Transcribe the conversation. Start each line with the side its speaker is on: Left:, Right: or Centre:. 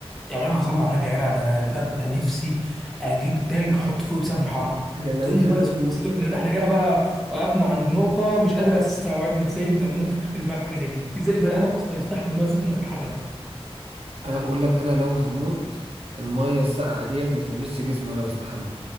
Centre: يا جدع صلي على النبي يا جدع ده انا ببقى نفسي اجيب تلج احط فوقي بسبب الحر
Right: انا لو
Centre: تقول لي
Right: هموت
Centre: ميه سخنه في الصيف لا ده احنا كده بقى وقفنا عند نقطه مش قادر استوعب ازاي انت ممكن تختلف معايا في حاجه زي دي ازاي بني ادم اصلا يستحمل ميه سخنه في الحر ده
Right: انا بقول لك انا لو هموت الميه الساقعه ديت ما تلمسش جسمي وانا بستحمى